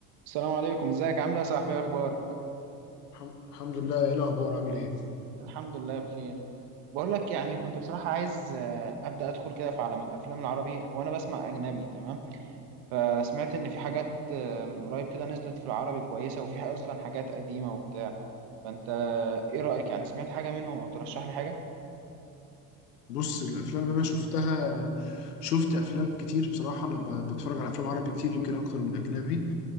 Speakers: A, on the right; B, on the left.
A: السلام عليكم ازيك عامل ايه يا صاحبي ايه اخبارك
B: الحم- الحمد لله ايه الاخبار عامل ايه
A: الحمد لله بخير بقول لك يعني كنت بصراحة عايز آه، ابدا ادخل كده في عالم الافلام العربي هو انا بسمع اجنبي تمام فسمعت ان في حاجات آه، من قريب كده نزلت في العربي كويسة وفي اصلا حاجات قديمة وبتاع فانت آه، ايه رأيك يعني سمعت حاجة منهم او ترشح لي حاجة
B: بص الافلام اللي انا شفتها شفت افلام كتير بصراحه انا ب- بتفرج على افلام عربي كتير يمكن اكتر من اجنبي